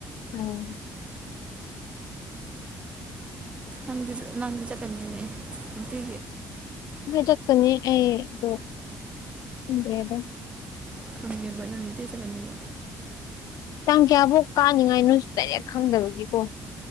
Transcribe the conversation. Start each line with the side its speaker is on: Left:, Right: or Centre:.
Left: ꯎꯝ
Right: ꯅꯪ ꯅꯪꯗꯤ ꯆꯠꯀꯅꯤꯅꯦ ꯑꯒꯤ
Left: ꯍꯥꯏ ꯆꯠꯀꯅꯤ ꯑꯩꯗꯣ ꯄꯨꯡ ꯀꯌꯥꯗ
Right: ꯈꯪꯗ꯭ꯔꯦ <unintelligible> ꯆꯠꯅꯕꯤꯗꯣ
Left: ꯇꯥꯡ ꯀꯌꯥꯐꯧ ꯀꯥꯅꯤꯡꯉꯥꯏ ꯅꯣꯏꯁꯨ ꯗꯥꯏꯔꯦꯛ ꯈꯪꯗꯕꯒꯤꯀꯣ